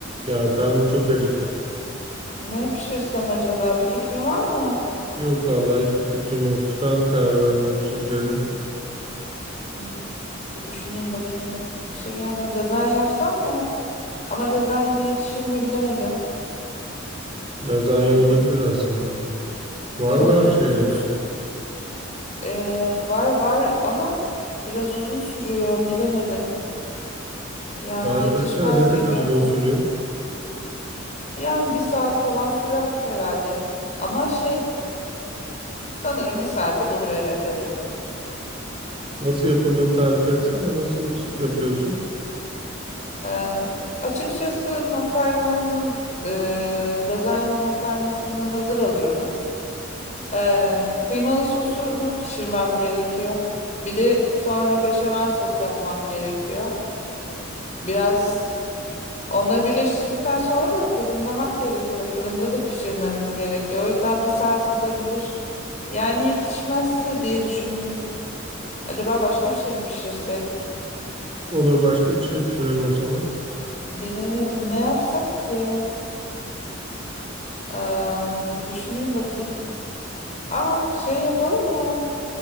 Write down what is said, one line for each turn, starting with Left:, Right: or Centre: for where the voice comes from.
Right: Ya karnım çok acıktı.
Left: Ne pişirsem acaba? Bir fikrin var mı?
Right: Yok vallahi hiçbir fikrim yok. Sen karar ver ne pişireceğine.
Left: Hmm, bir düşüneyim bakayım. Bir şey gelmiyor. Lazanya yapsam mı? Ama lazanya da yetişir mi bilemedim.
Right: Lazanya
Left: Hmm,
Right: olabilir aslında. Var
Left: biraz
Right: mı her
Left: uz-
Right: şey
Left: uzun
Right: evde?
Left: s- ee, var var ama biraz uzun sürüyor bilemedim. Yani
Right: Tarif
Left: yetişmez
Right: etsene ne kadar
Left: gibi.
Right: uzun sürüyor?
Left: Yani bir saat falan sürer herhalde. Ama şey sanırım bir saate bulur evet evet.
Right: Nasıl yapıldığını tarif etsene. Nasıl s- yapıyorsun?
Left: Ee, açıkçası makarnanın ee, lazanya makarnasını hazır alıyorum. Ee, kıymalı sosunu pişirmem gerekiyor. Bir de sonra beşamel sos yapmam gerekiyor. Biraz onları birleştirdikten sonra da fırınlamak gerekiyor. Fırında da pişirmemiz gerekiyor. O yüzden bir saati bulabilir. Yani yetişmezse diye düşündüm. Acaba başka bir şey mi pişirsek?
Right: Olur başka bir şey pişirelim o zaman.
Left: Bilemedim ne yapsak ki? Aa, bir düşüneyim bakayım. Aa şey yapalım mı?